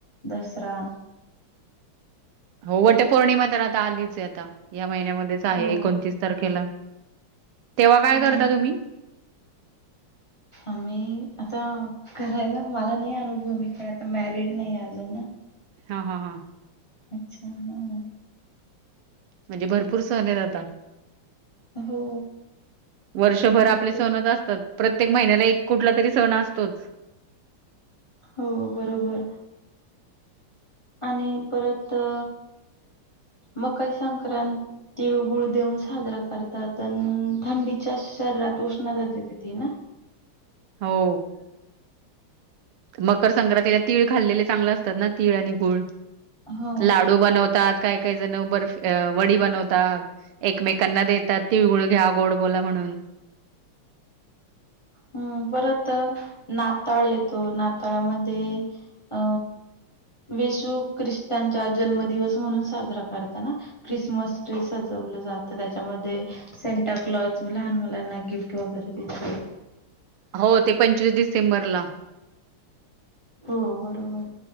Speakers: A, on the left (about 25°); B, on the right (about 80°).
A: दसरा, <inaudible>
B: हो वट पौर्णिमा तर आता आलीच हे आता या महिन्यामध्येच, आहे
A: हो
B: एकोणतीस तारखेला. तेव्हा काय
A: हा
B: करता तुम्ही?
A: आम्ही आता करायला मला नाही अनुभूव मी काय आता मॅरिड नाही अजून ना,
B: हा हा हा.
A: अच्छा हम्म.
B: म्हणजे भरपूर सण हेत आता.
A: हो
B: वर्षभर
A: भरपूर
B: आपले सणज असतात. प्रत्येक महिन्याला, एक कुठला तरी सण असतोच.
A: हो बरोबर. आणि परत अ मकर संक्रांत तिळगुळ देऊन साजरा करतात थंडीच्या <inaudible> शरीरात उष्णता देती ती ना.
B: हो. मकर संक्रांतीला तीळ खाल्लेले चांगले असतात ना तीळ आणि गुळ.
A: हो
B: लाडू बनवतात काय. काही जण बर्फ वडी बनवतात एकमेकांना देतात तिळगुळ घ्या गोड बोला म्हणून.
A: ह. परत नाताळ येतो नाताळामध्ये अ. येशू ख्रिस्तचा जन्मदिवस म्हणून साजरा करतना ख्रिसमस ट्री सजव जात त्याच्यामध्ये सेटा कलॉथ लहान मुलांना गिफ्ट वगैरे देते.
B: हो ते पंचवीस डिसेंबरला.
A: हो बरोबर.